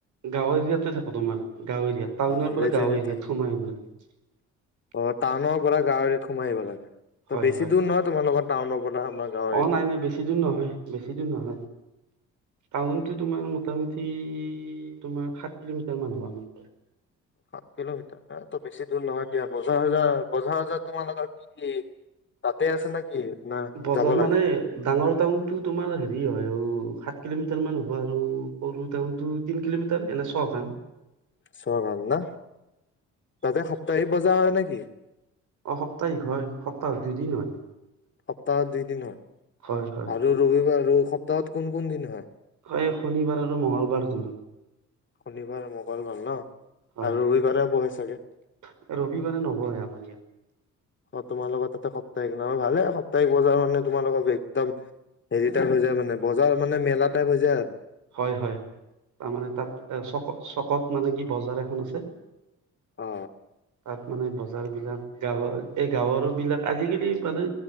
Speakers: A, on the right; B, on the left.
A: গাঁও এৰিয়াতে থাকো তোমাৰ গাঁও এৰিয়াাত টাউনৰ
B: অ ভিলেজ
A: পৰা গাঁওৰ এৰিয়াত
B: থাকা
A: সোমাই
B: অ টাউনৰ পৰা গাঁৱৰ এৰিয়াত সোমাই আহিব লাগে ত
A: হয়
B: বেছি
A: হয়
B: দূৰ নহয় তোমাৰ লগত টাওনত তা আমাৰ গাঁৱৰ
A: অ
B: এতিয়ালে
A: নাই নাই বেছি নহয় বেছি দিন নহয় টাউনটো তোমাৰ মোটামুটি তোমাৰ সাত কিলোমিটাৰ মান হ'ব
B: সাত কিলোমিটাৰ এ তো বেছি দূৰ নহয় দিয়া বজাৰ হজাৰ বজাৰ হজাৰ তোমালোকৰ কি তাতে আছে নেকি না
A: বজাৰ
B: যাব লাগে?
A: মানে ডাঙৰ টাউনটো তোমাৰ হেৰি হয় কিলোমিটাৰ মান হ'ব আৰু টাউনতটো তিন কিলোমিটাৰ এনে ছ গান
B: ছগান ন তাতে সপ্তাহি বজাৰ হয় নেকি
A: অসপ্তাহিক হয় সপ্তাহত দুদিন হয়।
B: অ <unintelligible> দুই দিন হয়
A: হয় হয়
B: আৰু ৰবিবাৰ। <unintelligible> আৰু সপ্তাহত কোন কোন দিন হয়।
A: হয় শনিবাৰ আৰু মঙ্লবাৰ তোমাৰ।
B: শনিবাৰ মঙগলবাৰ ন।
A: হয়
B: আৰু ৰবিবাৰে বহে চাগে
A: ৰবিবাৰে নবয়ে আমাৰ ইয়াত <unintelligible>
B: অ তোমাৰ লগত এটা সপ্তাহিকিন আৰু ভালে সপ্তাহ। আটাই বজাৰ মানে তোমালোকৰ বেগ একদম হেৰি টাইপ হৈ যায় মানে বজাৰ মানে মেলা টাইপ হৈ যায় আৰু
A: হয় হয় তাৰ মানে তাত চক চকত মানে কি বজাৰ এখন আছে।
B: অ
A: তাত মানে বজাৰবিলাক গাঁৱৰ এই গাঁৱৰ বিলাক আজিকালি মানে